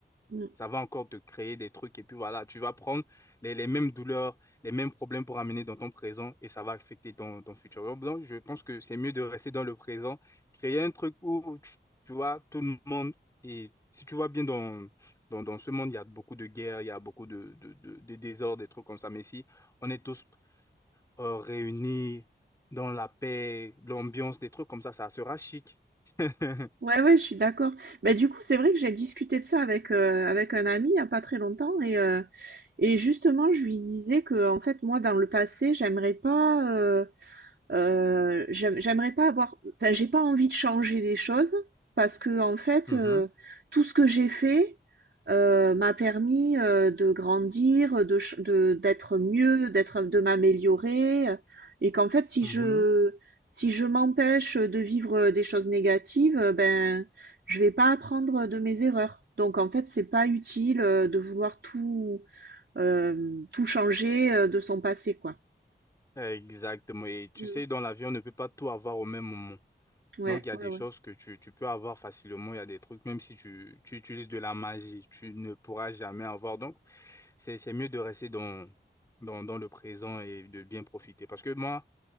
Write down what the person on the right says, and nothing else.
Mmh.
Ouais, ouais, je suis d'accord. Ben du coup, c'est vrai que j'ai discuté de ça avec, heu, avec un ami il y a pas très longtemps et heu Et justement, je lui disais que, en fait, moi, dans le passé, j'aimerais pas, euh, euh, j'aime- j'aimerais pas avoir, enfin, j'ai pas envie de changer les choses parce que, en fait,
euh, tout ce que j'ai fait euh, m'a permis euh, de grandir, de, ch- de- d'être mieux, d'être, de m'améliorer, et qu'en fait, si
je, si je m'empêche de vivre des choses négatives, euh, ben, je vais pas apprendre de mes erreurs. Donc, en fait, c'est pas utile euh, de vouloir tout Hem, tout changer, heu, de son passé, quoi.
Mmh.
Ouais,
ouais,
ouais,